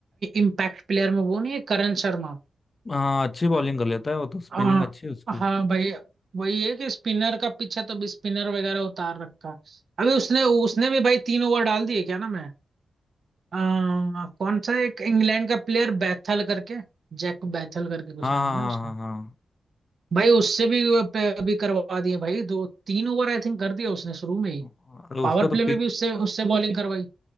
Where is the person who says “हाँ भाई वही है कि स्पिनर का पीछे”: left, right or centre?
Right